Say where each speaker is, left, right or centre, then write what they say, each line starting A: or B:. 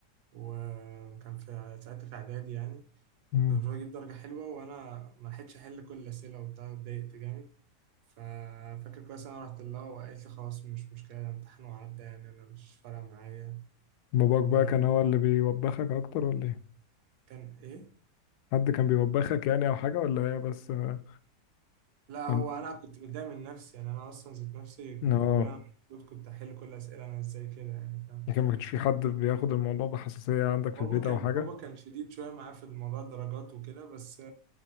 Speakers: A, on the right; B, on the left.
A: وكان في ساعتها في اعدادي يعني
B: مم.
A: وكان المفروض اجيب درجة حلوة وانا ما لحقتش احل كل الاسئلة وبتاع اتضايقت جامد ففاكر كويس انا رحت لها وقالت لي خلاص مش مشكلة ده امتحان وعدى يعني انا مش فارقة معايا
B: باباك
A: وكان
B: بقى كان هو اللي بيوبخك اكتر ولا ايه
A: ايه
B: حد كان بيوبخك يعني او حاجه ولا هي بس اه
A: لا
B: كنت-
A: هو انا كنت متضايق من نفسي يعني انا اصلا ذات نفسي كنت
B: آه.
A: بقول انا المفروض كنت احل كل الاسئلة انا ازاي كده يعني فاهم
B: يعني ما كانش في حد بياخد الموضوع بحساسيه عندك
A: بابا
B: في البيت
A: كان
B: او حاجه
A: بابا كان شديد شوية معاه في موضوع الدرجات وكده بس